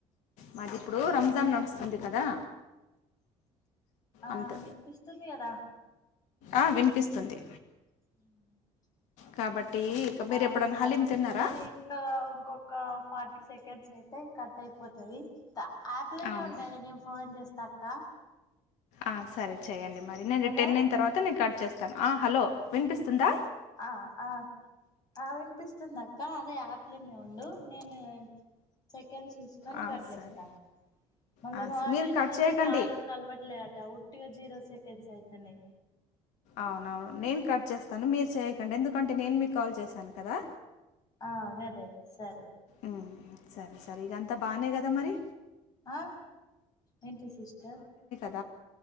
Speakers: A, on the left; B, on the left.
A: మాది ఇప్పుడు రంజాన్ నడుస్తుంది కదా
B: ఆ
A: అంత
B: వినిపిస్తుంది కదా
A: ఆ వినిపిస్తుంది
B: హ
A: కాబట్టి ఇక మీరు
B: ఆ
A: ఎప్పుడైనా
B: సరే
A: హలీం తిన్నారా
B: మీరు ఇంకా ఇంకొక ప సెకండ్స్ అయితే కట్ అయిపోతుది యాప్ లోనే
A: అవును
B: ఉండండి నేను ఫోన్ చేస్త తకా
A: ఆ సరే చెయ్యండి మరి నేను
B: హలో
A: టెన్ అయినా తర్వాత నేను కట్ చేస్తాను హలో వినిపిస్తుందా
B: ఆ ఆ ఆ వినిపిస్తుందిక్క అదే ఆప్ ఆప్ లోనే ఉండు నేను చె టైమ్ చూసుకొని
A: ఆ,
B: కట్ చేస్తారు
A: సరే
B: మళ్ళా
A: ఆ, స-
B: అటిటు
A: మీరు కట్
B: పోతే
A: చేయకండి
B: కాలు కలవట్లే డౌట్ గా జీరో సెకెండ్స్ అయితున్నయ్
A: అవునవును నేను కట్ చేస్తాను మీరు చేయకండి ఎందుకంటే నేను మీకు కాల్ చేశాను కదా
B: ఆ అదే అండి సరే
A: ఉమ్, సరే సరే ఇకంత బాగానే కదా మరి
B: ఆ ఏంటి సిస్టర్
A: ద